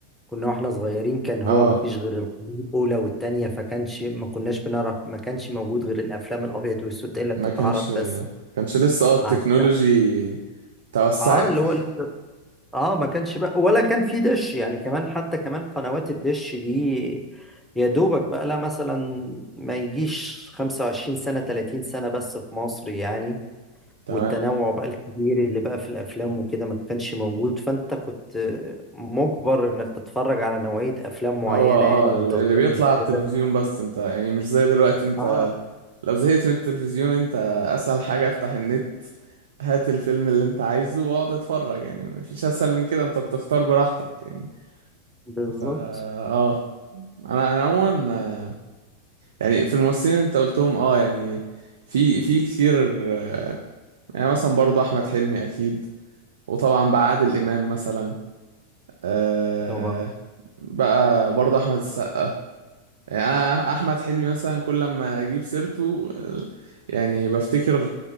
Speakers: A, in the centre; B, on the right (about 60°).
A: كنا واحنا صغيرين كان هو
B: اه
A: مفيش غير القناة الأولى والتانية فكانش ما كناش بنعرف ما كانش موجود غير الأفلام الأبيض وأسود دي اللي بتتعرض
B: ما كانش
A: بس
B: كانش لسه اه التكنولوجي
A: على الت-
B: توسعت
A: اه اللي
B: <laughs>
A: هو اه ما كانش بقى ولا كان في دش يعني كمان حتى كمان قنوات الدش دي يا دوبك بقى لها مثلا ما يجيش 25 سنة 30 سنة بس في مصر يعني
B: تمام
A: والتنوع بقى الكبير اللي بقى في الأفلام وكده ما كانش موجود فأنت كنت مجبر إنك تتفرج على نوعية أفلام معينة
B: هو اه
A: يعني وأنت
B: اللي
A: صغير
B: بيطلع على
A: كده
B: التلفزيون بس انت يعني مش زي دلوقتي انت
A: اه
B: لو زهقت من التلفزيون انت اسهل حاجة افتح النت هات الفيلم اللي انت عايزه واقعد اتفرج يعني مفيش اسهل من كده انت بتختار براحتك يعني
A: بالظبط
B: فا اه انا انا عموما آه، يعني في الممثلين اللي انت قلتهم اه يعني في في كتير آه، يعني مثلا برضه احمد حلمي اكيد وطبعا بقى عادل امام مثلا آه
A: طبعا
B: بقى برضه احمد السقا يعني انا احمد حلمي مثلا كل لما اجيب سيرته ال- يعني بفتكر